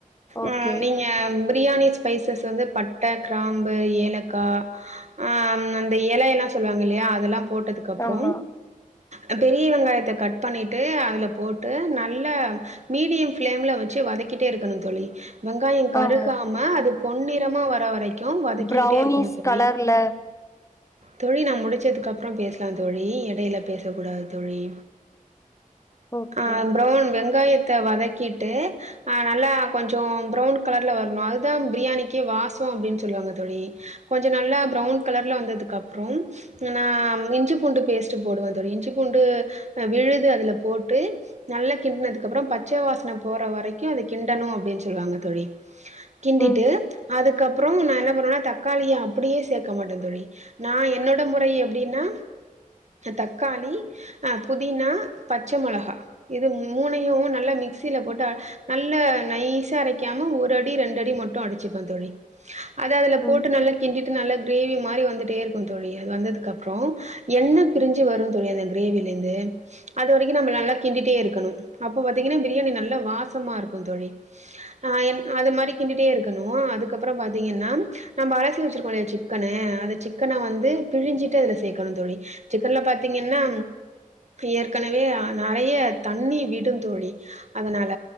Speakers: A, on the left; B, on the right.
A: ஓகே.
B: ம் நீங்க பிரியாணி ஸ்பைசஸ் வந்து பட்ட க்ராம்பு ஏலக்கா ஆ அந்த எலயெல்லா சொல்லுவாங்க இல்லையா அதெல்லா போட்டதுக்கப்றோ
A: ஆமா,
B: அ பெரிய வெங்காயத்த கட் பண்ணிட்டு அதுல போட்டு நல்ல மீடியம் பிளேம்ல வெச்சு வதக்கிட்டே இருக்கணு தோழி வெங்காயோ கருகாம
A: ஆமா.
B: அது பொன்னிறமா வர வரைக்கு வதக்கிக்கிட்டே
A: ப்ரௌனீஸ்
B: இருக்கணு தோழி
A: கலர்ல.
B: தொழி நா முடிச்சதுக்கப்றோ பேசலா தோழி எடைல பேசக்கூடாது தோழி
A: ஓகே.
B: அ ப்ரௌன் வெங்காயத்த வதக் கிட்டு நல்லா கொஞ்சோ ப்ரவுன் கலர்ல வரு அதுதா பிரியாணிக்கே வாசோ அப்டின் சொல்லுவாங்க தோழி கொஞ்சோ நல்லா ப்ரௌன் கலர்ல வந்ததுக்கப்றோ நா இஞ்சி பூண்டு பேஸ்ட்டு போடுவே தோழி இஞ்சி பூண்டு் விழுது அதுல போட்டு நல்ல கிண்டனதுக்ப்பறோ பச்ச வாசன போற வரைக்கு அத கிண்டணு அப்டின் சொல்லுவாங்க தோழி கிண்டிட்டு
A: ம்,
B: அதுக்கப்றோ நா என்ன பண்ணுவேனா தக்காளிய அப்படியே சேக்க மாட்டே தோழி நா என்னோட முறை எப்டினா தக்காளி ஆ புதினா பச்ச மொளகா இது மூனையு நல்ல மிக்சில போட்டு நல்ல நைசா அரைக்காம ஒரு ரெண்டு அடி மட்டு அடிச்சுப்ப தோழி அத அதுல
A: ம்,
B: போட்டு நல்லா கிண்டிட்டு நல்ல கிரேவிமாரி வந்துட்டே இருக் தோழி அது வந்ததுக்கப்றோ எண்ண பிரிஞ்சு வரு தோழி அந்த கிரேவில இருந்து அது வரைக்கு நம்ம நல்லா கிண்டிட்டே இருக்கணு அப்போ பாத்தீங்கன்னா பிரியாணி நல்லா வாசமா இருக்கு தோழி ஆ என் அது மாரி கிண்டிட்டே இருக்கணு அதுக்கப்பற பாத்தீங்கன்னா நம்ம அலசி வச்சிருக்கோல்லையா சிக்கனு அந்த சிக்கன வந்து பிழிஞ்சிட்டு அதுல சேக்கணு தோழி சிக்கன்ல பாத்தீங்கன்னா ஏற்கனவே நெறய தண்ணி விடு தோழி அதனால